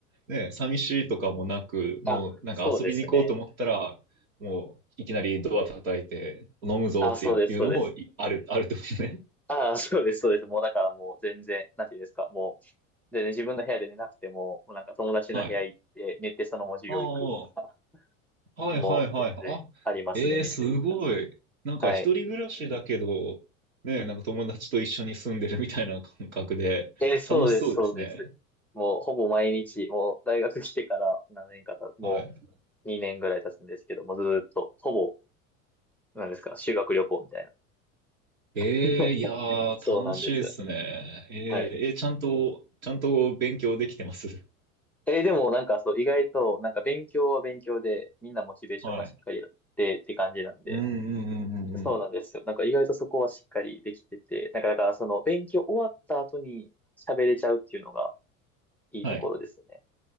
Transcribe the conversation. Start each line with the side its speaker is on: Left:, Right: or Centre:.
Right: ね、寂しいとかもなく、もうなんか遊びに行こうと思ったら、
Centre: あ、そうですね。
Right: もういきなりドア叩いて飲むぞっていうのもいある、
Centre: あ、そうです、そうです。
Right: あるってことね。
Centre: あ、そうです、そうです。もうだからもう全然、なんていうんですか、もう、でね、自分の部屋で寝なくても、もうなんか友達の部屋行って、
Right: はい。
Centre: 寝てそのまま授業行くとか、
Right: ああ、
Centre: <laughs>
Right: はいはいはい。
Centre: もう全然ありますね、
Right: あ、えー、
Centre: めちゃくち
Right: すごい。なんか一人暮らしだけど、
Centre: ゃ。はい。
Right: ね、なんか友達と一緒に住んでるみたいな感覚で、
Centre: えーそうです、
Right: 楽しそうですね。
Centre: そうです。もうほぼ毎日、もう大学来てから何年かた、も
Right: はい。
Centre: う2年ぐらい経つんですけども、ずーっと、ほぼ、なんですか、修学旅行みたいな。
Right: えー、
Centre: <laughs>
Right: いやー、
Centre: そうなんですよね。
Right: 楽しいですね。えー、
Centre: はい。
Right: えーちゃんと、ちゃんと勉強できてます。
Centre: えーでもなんかそう、意外と、なんか勉強は勉強で、みんなモチベーションがしっかりあってって感じなんで、
Right: <laughs> はい。うんうんうんうんうん。
Centre: そうなんですよ。なんか意外とそこはしっかりできてて、なんかだからその勉強終わった後に喋れちゃうっていうのがいいところですね。
Right: はい。